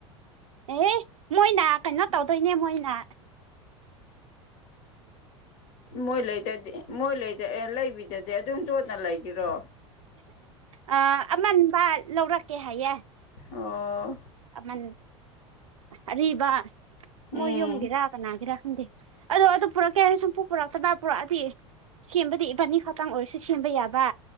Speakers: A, on the right; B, on the left.
A: ꯑꯦ ꯃꯣꯏꯅ ꯀꯩꯅꯣ ꯇꯧꯗꯣꯏꯅꯦ ꯃꯣꯏꯅ
B: ꯃꯣꯏ ꯂꯩꯇꯗꯤ ꯃꯣꯏ ꯂꯩ ꯑꯦ ꯂꯩꯕꯤꯗꯗꯤ ꯑꯗꯨꯝ ꯆꯣꯠꯅ ꯂꯩꯈꯤꯔꯣ
A: ꯑ ꯑꯃꯟꯕ ꯂꯧꯔꯛꯀꯦ ꯍꯥꯏꯌꯦꯦ
B: ꯑꯣ꯫
A: ꯑꯃꯜ ꯑꯔꯤꯕ ꯃꯣꯏ
B: ꯎꯝ
A: ꯌꯨꯝꯒꯤꯔꯥ ꯀꯅꯥꯒꯤꯔꯥ꯫ ꯈꯪ ꯑꯗꯣ ꯑꯗꯨ ꯄꯨꯔꯛꯀꯦ ꯍꯥꯏꯔꯅꯤ ꯁꯨꯝꯄꯨ ꯄꯨꯔꯛꯇꯕ꯭ꯔ ꯄꯨꯔꯛꯑꯗꯤ꯫ ꯁꯦꯝꯕꯗꯤ ꯏꯕꯥꯅꯤ ꯈꯛꯇꯥꯡ ꯑꯣꯏꯔꯁꯨ ꯁꯦꯝꯕ ꯌꯥꯕ꯫